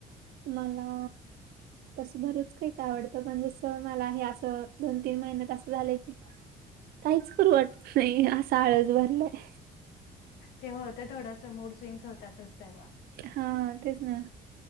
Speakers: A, on the right; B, on the left.
A: मला तसं बरच काही का आवडतं. पण जसं मला हे असं दोन तीन महिन्यात असं, झालंय की काहीच करू वाटत नाही. असं आळस भरलाय.
B: ते होतंय, थोडंसं मूड स्विंग्स होतातच तेव्हा.
A: हा तेच ना.